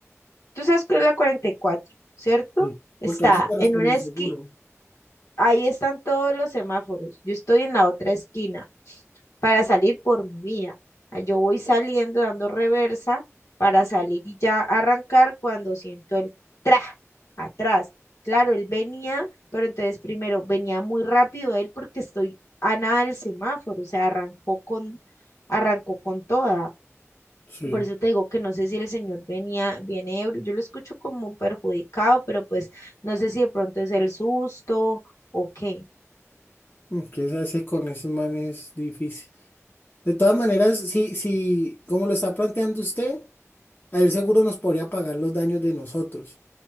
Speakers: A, on the left (about 70°); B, on the left (about 40°).
A: tú sabes que es la 44, ¿cierto?
B: Sí,
A: Está
B: Porque ahí sí te responde
A: en una
B: el
A: esquina,
B: seguro.
A: Ahí están todos los semáforos. Yo estoy en la otra esquina para salir por mi vía. Ah, Yo voy saliendo dando reversa para salir y ya arrancar cuando siento el tra atrás. Claro, él venía, pero entonces primero venía muy rápido él porque estoy a nada del semáforo, o sea, arrancó con, arrancó con toda.
B: Sí.
A: Por eso te digo que no sé si el señor venía, viene ebrio, yo lo escucho como perjudicado, pero pues no sé si de pronto es el susto o qué.
B: Mm, ¿Qué se hace con esos manes? Es difícil. De todas maneras, si, si, como lo está planteando usted, ahí el seguro nos podría pagar los daños de nosotros.